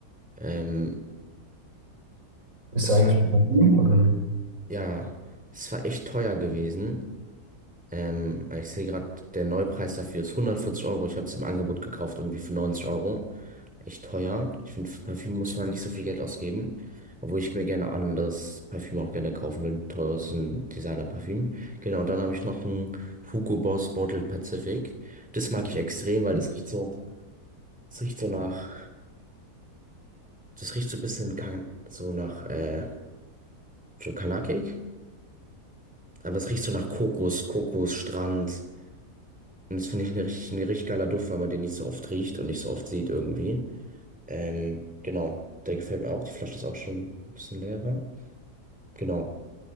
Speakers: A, in the centre; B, on the right (about 55°).
A: Ähm,
B: Ist
A: es
B: eigentlich
A: war,
B: ein Parfüm oder ein
A: ja, es war echt teuer gewesen. Ähm, ich sehe gerade, der Neupreis dafür ist 140 Euro. Ich habe es im Angebot gekauft, irgendwie für 90 Euro. echt teuer. Ich finde, für Parfüm muss man nicht so viel Geld ausgeben. Obwohl ich mir gerne anderes Parfüm auch gerne kaufen will. ein Teures ein Designer-Parfüm. Genau, und dann habe ich noch ein Hugo Boss Bottled Pacific. Das mag ich extrem, weil das riecht so, das riecht so nach, das riecht so ein bisschen kan so nach, äh, so kanakig. Aber es riecht so nach Kokos, Kokos, Strand. Und das finde ich eine richtig, ein richtig geiler Duft, weil man den nicht so oft riecht und nicht so oft sieht irgendwie. Ähm, genau, der gefällt mir auch. Die Flasche ist auch schon ein bisschen leerer. Genau,